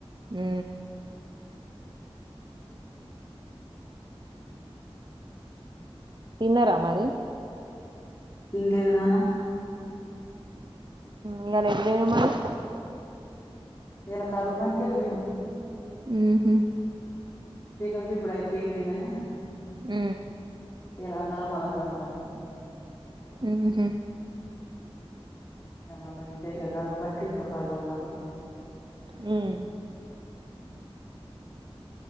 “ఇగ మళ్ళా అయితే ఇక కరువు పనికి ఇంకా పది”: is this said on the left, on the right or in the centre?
Left